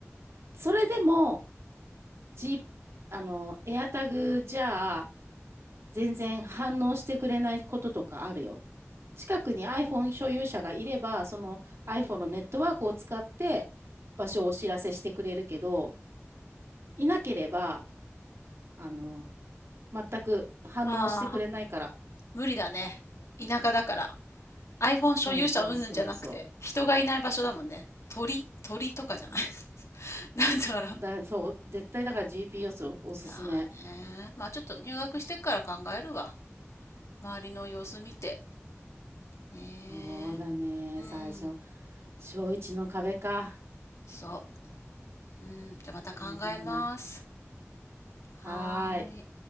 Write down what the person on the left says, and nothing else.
ああ、無理だね。田舎だから。iPhone
所有者云々じゃなくて、人がいない場所だもんね。鳥、鳥とかじゃない。<laughs> だから。
だね。まあちょっと入学してから考えるわ。周りの様子見て。ね
え。うん。
そう。うん、じゃあまた考えます。
はーい。